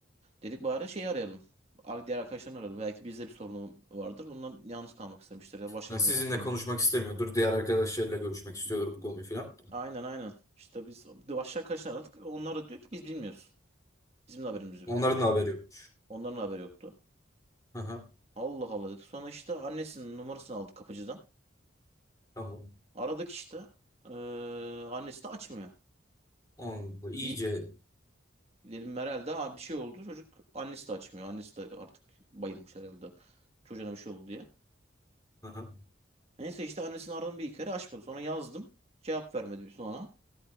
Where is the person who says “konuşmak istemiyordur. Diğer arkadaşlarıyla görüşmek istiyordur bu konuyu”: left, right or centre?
Left